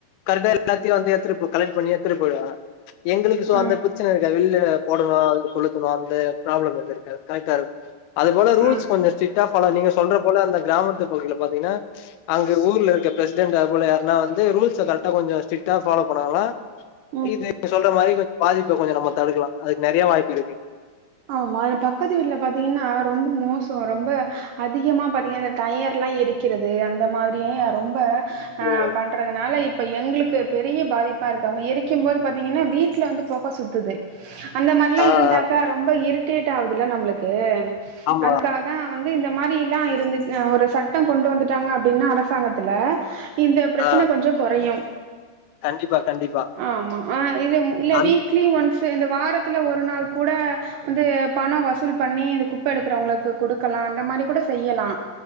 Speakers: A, on the left (about 80°); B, on the right (about 75°).
A: கரெக்டா எல்லத்தையூ வந்து எத்துட் பே கலெக்ட் பண்ணி எட்த்துனு போயிடுவாங்க எங்களுக்கு சோ
B: அ
A: அந்த பிரச்சனை கொடயாது வெள்ளில்ல போடனோ கொளுத்தனோ அந்த பிராபலம் வந்து இருக்காது கரெக்டா இருக் அது போல ரூல்ஸ்
B: அ
A: கொஞ்சோ ஸ்ட்ரிக்ட் டா ஃபாலோ நீங்க சொல்ற போல அந்த கிராமத்து பகுதில பாத்தீங்ன்னா அங்க ஊர்ல இருக்கர பிரசிடன்ட்டாக் கூட யார்னா வந்து ரூல்ஸ் கரெக்டா கொஞ்சோ ஸ்ட்ரிக்டா ஃபாலோ பண்ணாங்கனா
B: ம்
A: இது சொல்ற மாரி கொஞ்சோ பாதிப்பு கொஞ்சோ நம்ம தடுக்கலா அதுக்கு நறைய வாய்ப்பு இருக்கு
B: ஆமா பக்கத்து வீட்டுல பாத்தீங்கன்னா ரொம்ப மோசோ ரொம்ப அதிகமா பாத்தீங்ன்னா அந்த டயர் எல்லா எரிக்கிறது அந்த மாரியே ரொம்ப ஆ
A: ஓ,
B: பண்றதுனால இப் இப்ப எங்களுக்கு பெரிய பாதிப்பா இருக்கு அவங்க எரிக்கும் போது பாத்தீங்ன்னா வீட்டுல வந்து பொக சுத்துது அந்த மாரிலா
A: ஆ
B: இருந்தாக்கா
A: ஆ
B: ரொம்ப இரிட்டேட் ஆகுதுல நம்மளுக்கு
A: ஆமா
B: அதுக்காகத் இதா வந்து இந்த மாரி எல்லா இருந்துச்சு ஒரு சட்டோ கொண்டு வந்துட்டாங்கன்னா அப்பிடின்னா அரசாங்கத்துல இந்த பிரச்சன
A: ஆ
B: கொஞ்சோ குறையோ
A: கண்டிப்பா கண்டிப்பா
B: ஆ ஆமா ஆ இது இல்ல
A: அந்
B: வீக்லி ஒன்ஸ்சு இந்த வாரத்துல ஒரு நாள் கூட வந்து பணம் வசூல் பண்ணி இந்த குப்ப எடுக்குறவங்களுக்கு கொடுக்கலா அந்த மாரி கூட செய்யலா